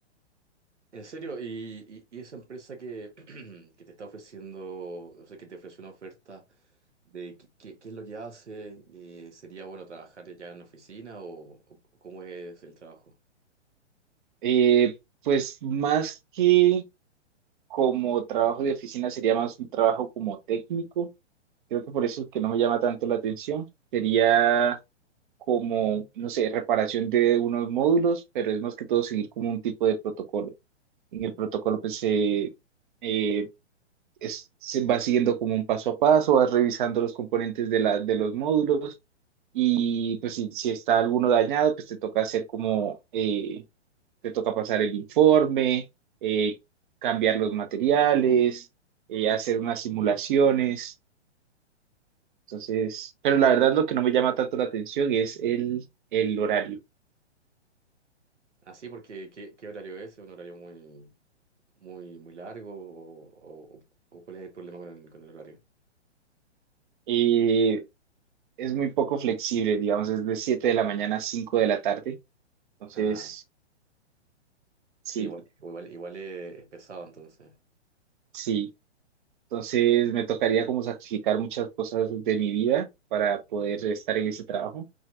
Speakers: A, on the right (about 75°); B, on the right (about 45°).
A: En serio, y, y- y esa empresa que, <clears throat> que te está ofreciendo, o sea, que te ofreció una oferta de qué, qué- qué es lo que hace, eh, ¿sería bueno trabajar ya en oficina o, o cómo es el trabajo?
B: Eh, pues más que como trabajo de oficina sería más un trabajo como técnico. Creo que por eso es que no me llama tanto la atención. Sería como, no sé, reparación de unos módulos, pero es más que todo seguir como un tipo de protocolo. En el protocolo pues se, eh, es- se va siguiendo como un paso a paso, vas revisando los componentes de, la, de los módulos y pues si, si está alguno dañado, pues te toca hacer como... eh, te toca pasar el informe, eh, cambiar los materiales, eh, hacer unas simulaciones. Entonces, pero la verdad lo que no me llama tanto la atención es el, el horario.
A: Así, porque ¿qué, qué horario es? ¿Es un horario muy, muy, muy largo? ¿O, o- o cuál es el problema con el, con el horario?
B: Eh, es muy poco flexible, digamos, es de 7 de la mañana a 5 de la tarde. Entonces,
A: Ah,
B: sí,
A: sí, igual, igual, igual es, es pesado entonces.
B: sí. Entonces me tocaría como sacrificar muchas cosas de mi vida para poder estar en ese trabajo,